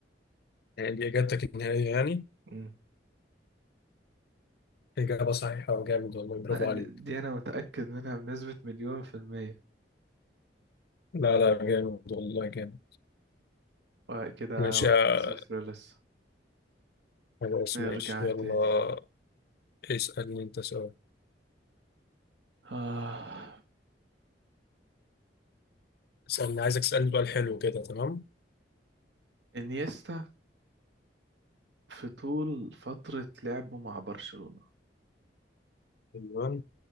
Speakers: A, on the left; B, on the right.
A: يعني دي إجابتك النهائية يعني
B: مم.
A: إجابة صحيحة وجامد والله برافو
B: لا دي,
A: عليك
B: دي أنا متأكد منها بنسبة مليون في المية
A: لا لا جامد والله جامد
B: وكده
A: ماشي
B: واحد
A: آه،
B: صفر لسه
A: خلاص
B: نرجع
A: ماشي
B: تاني
A: يلا اسألني أنت سؤال
B: آه
A: اسألني عايزك تسألني سؤال حلو كده تمام
B: انيستا في طول فترة لعبه مع برشلونة
A: تمام